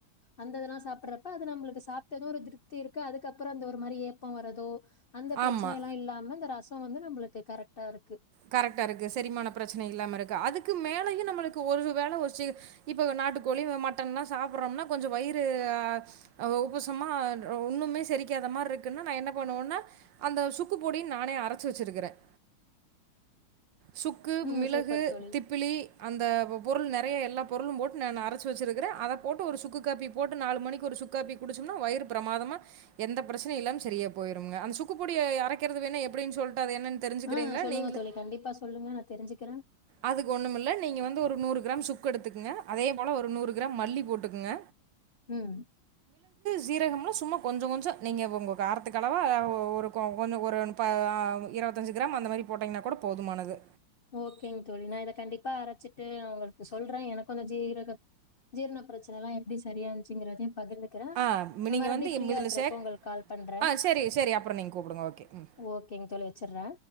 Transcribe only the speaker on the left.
அந்த இதெல்லாம் சாப்பிடறப்ப அது நமளுக்கு சாப்பிட்டதும் ஒரு திருப்தி இருக்கு அதுக்கப்புறம் அந்த ஒரு மாதிரி ஏப்பம் வரதோ அந்த பிரச்சனை
எல்லாம் இல்லாம இந்த ரசம் அப்ப வந்து நம்மளுக்கு கரெக்டா இருக்
ம்
சூப்பர் தோழி
ஆ சொல்லுங்க
தோழி கண்டிப்பா சொல்லுங்க நான் தெரிஞ்சுக்கிறேன்
உம்
ஓகேங்க தோழி நான் இத கண்டிப்பா அரைச்சிட்டு உங்களுக்கு சொல்றேன் எனக்கு அந்த ஜீரக ஜீரண பிரச்சனை எல்லாம் எப்படி சரியாச்சுங்கிறதையும் பகிர்ந்துக்கறேன்
நான்
மறுபடியும்
ஃபிரியா
இருக்கறப்போ
உங்களுக்கு கால் பண்றேன்
ஓகேங்க தோழி வச்சறே